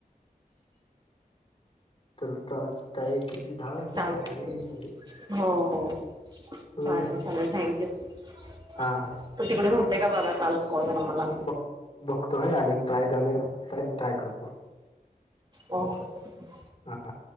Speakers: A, on the left; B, on the right.
A: तर तई किती दहा
B: चालतंय
A: सक अरे.
B: हो हो चालेल
A: हम्म
B: चालेल थँक यू तर
A: हा हा
B: तिकडे होते का बघा काल. कॉल मला.
A: बघ बघतो ह अनेक ट्राय अनेक साई ट्राय करतो.
B: ओ हो -
A: हां.